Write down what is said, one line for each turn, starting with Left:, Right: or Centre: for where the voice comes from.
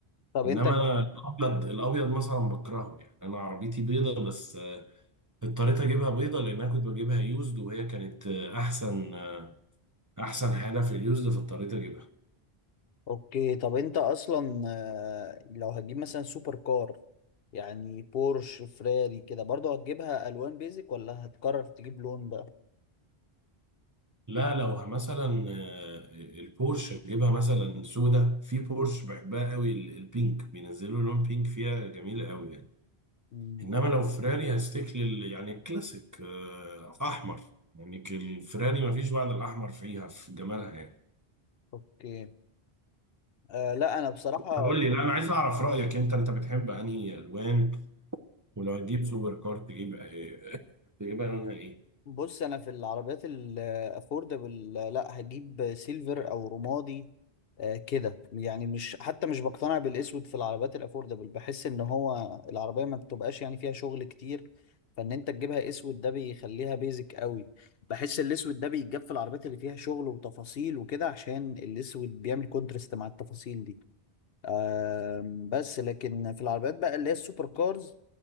Left: طب
Right: إنما
Left: انت
Right: أنا الأبيض الأبيض مثلا بكرهه يعني أنا عربيتي بيضة بس اضطريت اجيبها بيضه لان انا كنت بجيبها يوزد وهي كانت احسن احسن حاجه في اليوزد في الطريق اجيبها
Left: اوكي طب انت اصلا آه، لو هتجيب مثلا سوبر كار يعني بورش فراري كده برضه هتجيبها الوان بيزك ولا هتقرر تجيب لون بقى
Right: لا لو مثلا آه، البورش اجيبها مثلا سودا في بورش بحبها قوي ال- البينك بينزلوا لون بينك فيها جميله قوي يعني
Left: مم.
Right: انما لو فراري هستيك لل يعني الكلاسيك آه، احمر يعني ك- الفراري ما فيش بعد الاحمر فيها في جمالها يعني
Left: اوكي آه لا انا بصراحة
Right: قول لي لا انا عايز اعرف رايك انت انت بتحب انهي الوان ولو هتجيب سوبر كار تجيب آه، تجيبها لونها ايه
Left: بص انا في العربيات الافوردبل لا هجيب سيلفر او رمادي آه، كده يعني مش حتى مش بقتنع بالاسود في العربيات الافوردبل بحس ان هو العربيه ما بتبقاش يعني فيها شغل كتير فان انت تجيبها اسود ده بيخليها بيزك قوي بحس الاسود ده بيتجاب في العربيات اللي فيها شغل وتفاصيل وكده عشان الاسود بيعمل كونترست مع التفاصيل دي آم، بس لكن في العربيات بقى اللي هي السوبر كارز